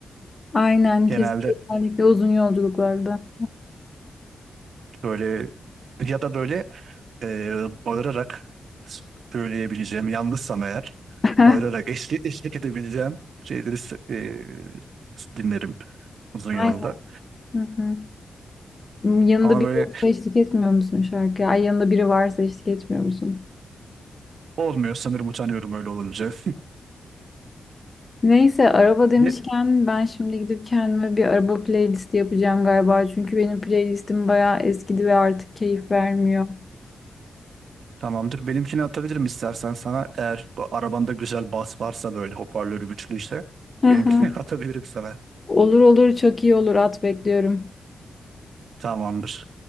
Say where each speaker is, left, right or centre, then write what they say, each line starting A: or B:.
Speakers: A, on the left; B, on the right.
A: Aynen
B: <laughs> genelde
A: kesinlikle uzun yolculuklarda.
B: böyle ya da böyle e, bağırarak söyleyebileceğim yalnızsam eğer
A: <laughs>
B: bağırarak eşlik, eşlik edebileceğim şeyleri s- e, dinlerim uzun
A: Aynen.
B: yolda
A: Hı hı. Hmm, Yanında
B: ama
A: biri
B: böyle
A: yoksa eşlik etmiyor musun şarkıya? Ay yanında biri varsa eşlik etmiyor musun?
B: olmuyor sanırım utanıyorum öyle olunca
A: Neyse araba demişken
B: <laughs>
A: ben şimdi gidip kendime bir araba playlisti yapacağım galiba. Çünkü benim playlistim bayağı eskidi ve artık keyif vermiyor.
B: Tamamdır. Benimkini atabilirim istersen sana. Eğer bu arabanda güzel bas varsa böyle hoparlörü güçlü ise
A: Hı
B: benimkini
A: hı.
B: <laughs> atabilirim sana.
A: Olur olur çok iyi olur at bekliyorum.
B: Tamamdır.